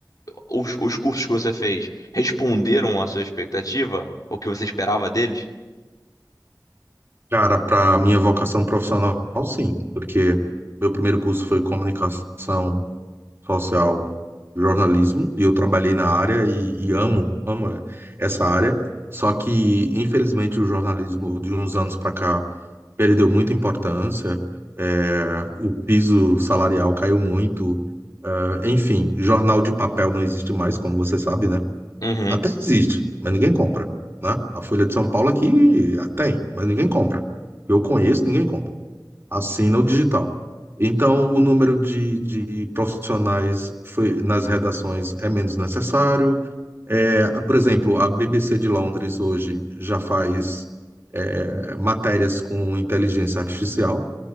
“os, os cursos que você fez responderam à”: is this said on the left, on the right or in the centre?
Left